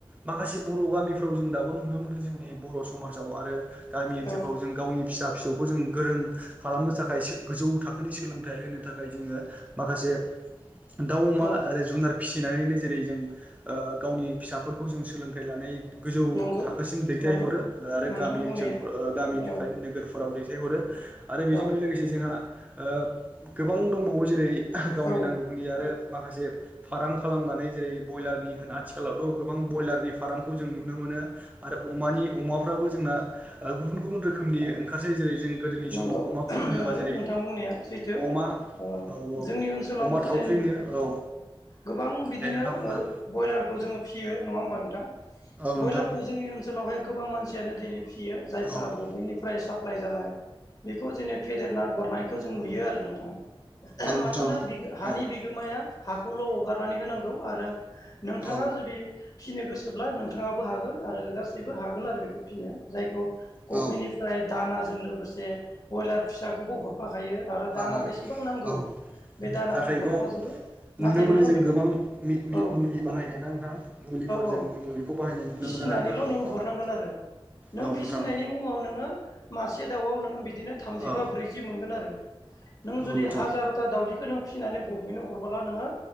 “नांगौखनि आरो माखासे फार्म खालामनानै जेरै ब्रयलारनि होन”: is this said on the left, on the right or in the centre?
Right